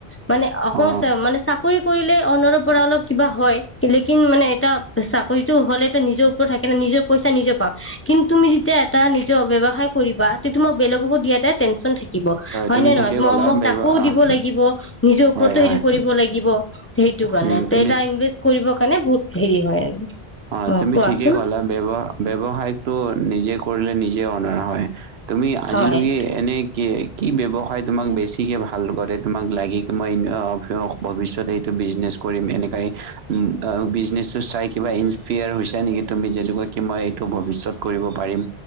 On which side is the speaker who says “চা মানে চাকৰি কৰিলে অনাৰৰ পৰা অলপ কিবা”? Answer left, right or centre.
Left